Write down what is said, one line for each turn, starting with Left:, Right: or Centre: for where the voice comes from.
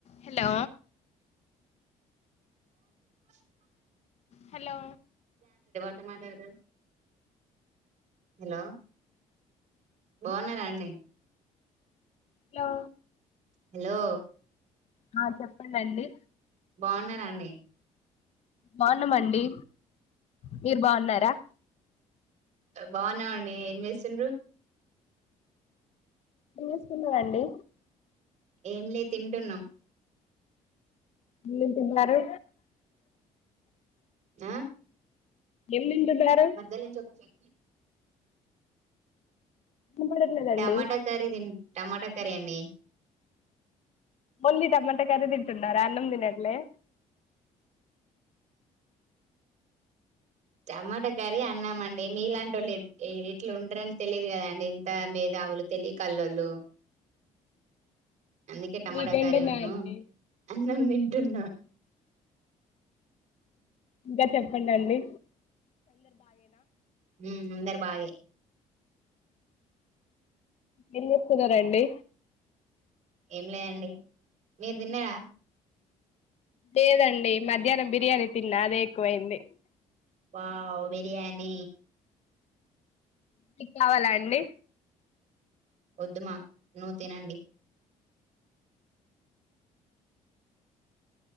Left: హలో
Right: <unintelligible>
Left: హలో
Right: మాట్లాడుత హలో బాగున్నార అండీ
Left: హలో
Right: హలో
Left: ఆ చెప్పండి
Right: బాగున్నార అండి
Left: బాగున్నామండి మీరు బాగున్నారా
Right: బాగున్నామండీ ఏం చేస్తుండ్రు
Left: ఏం చేస్తూన్నారండి
Right: ఏం లే తింటున్నాం
Left: ఏమేం తింటున్నారు
Right: ఆ
Left: ఏం తింటున్నారు
Right: మధ్య నుంచి ఒకటి <inaudible>
Left: వినపడట్లేదండి
Right: టమాటా కర్రీ తిం టమాటా కర్రీ అండి
Left: ఓన్లీ టమాటా కర్రీ తింటున్నార రా అన్నం తిినట్లే
Right: టమాటా కర్రీ అన్నామండి మీ ఇలాంటి వాళ్ళు ఇట్లు ఉంటారని తెలియదు కదాండి ఇంత మేధావులు తెలివి కళ్ళోళ్ళు అందుకే టమాటా
Left: మీకేం
Right: కర్రీ
Left: తిన్నారండి
Right: నూ అన్నం తింటున్న
Left: ఇంకా చెప్పండి అండి
Right: హుమ్ అందరు బాగే
Left: ఏం చేస్తున్నారండి
Right: ఏం లేదండి మీరు తిన్నార
Left: లేదండి మధ్యాహ్నం బిర్యానీ తిన్నా అదే ఎక్కువైంది
Right: వావ్ బిర్యానీ
Left: మీకు కావాలా అండి
Right: వద్దు మా నువ్వు తినండి